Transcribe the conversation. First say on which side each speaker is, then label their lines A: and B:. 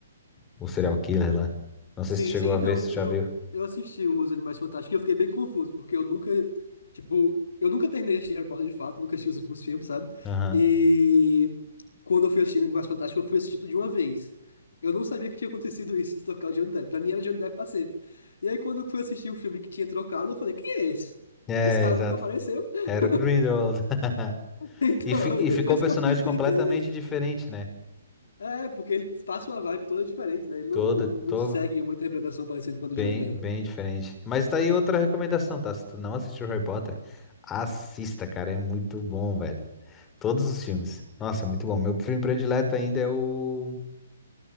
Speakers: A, on the left (about 15°); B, on the left (about 80°).
A: o serial killer lá. Não sei
B: Sim,
A: se tu chegou
B: sim,
A: a
B: então,
A: ver, se
B: eu,
A: tu já viu.
B: eu assisti os Animais Fantásticos e eu fiquei bem confuso, porque eu nunca, tipo, eu nunca terminei de assistir Harry Potter de fato, nunca assisti os últimos filmes, sabe?
A: Aham.
B: E quando eu fui assistir Animais Fantásticos, eu fui assistir tudo de uma vez. Eu não sabia que tinha acontecido isso de trocar o Johnny Depp. Pra mim era Johnny Depp pra sempre. E aí, quando eu fui assistir o filme que tinha trocado, eu falei, quem é esse?
A: É,
B: Esse cara
A: exato.
B: nunca apareceu. <laughs>
A: Era o Grindelwald. <laughs>
B: Então,
A: E, fi- e
B: e depois
A: ficou um personagem
B: que eu fui entender.
A: completamente diferente, né?
B: É, porque ele passa uma vibe toda diferente, né? Ele
A: Toda,
B: não, não
A: tô
B: segue uma interpretação parecida com a do
A: bem,
B: Johnny Depp.
A: bem diferente. Mas tá aí outra recomendação, tá? Se tu não assistiu Harry Potter, assista, cara. É muito bom, velho. Todos os filmes. Nossa, é muito bom. Meu filme predileto ainda é o